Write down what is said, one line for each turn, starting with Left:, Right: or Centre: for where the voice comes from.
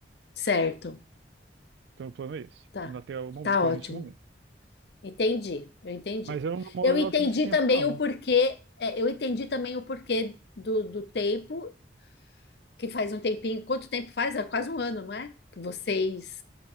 Left: certo.
Right: Então, o plano é esse,
Left: Tá,
Right: até o momento,
Left: tá
Right: presente
Left: ótimo.
Right: momento.
Left: Entendi, eu entendi.
Right: Mas eu não namoro
Left: Eu
Right: ela
Left: entendi
Right: todo esse tempo,
Left: também
Right: não.
Left: o porquê, é, eu entendi também o porquê do, do tempo, que faz um tempinho, quanto tempo faz? É quase um ano, não é? Que vocês.